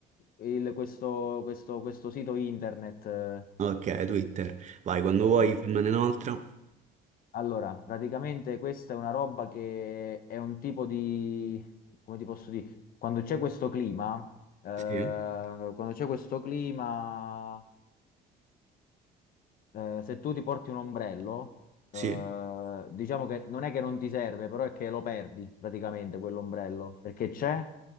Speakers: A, on the left (about 60°); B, on the right (about 45°).
A: Il- questo, questo- questo sito internet. eh,
B: Ok, Twitter. Vai, quando vuoi
A: no.
B: fammene un'altra.
A: Allora, praticamente questa è una roba che è un tipo di. Come ti posso dire? Quando c'è questo clima, eh,
B: Sì.
A: quando c'è questo clima, eh, se tu ti porti un ombrello, eh,
B: Sì.
A: diciamo che non è che non ti serve, però è che lo perdi praticamente quell'ombrello perché c'è.